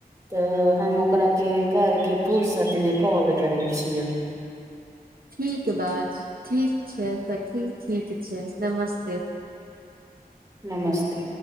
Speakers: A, on the right (about 20°); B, on the right (about 65°).
A: त हम ओकरा के करके र्फूसत में कॉल करै छियै।
B: ठीक बा, ठीक छै, सखी ठीक छै नमस
A: नमस्ते।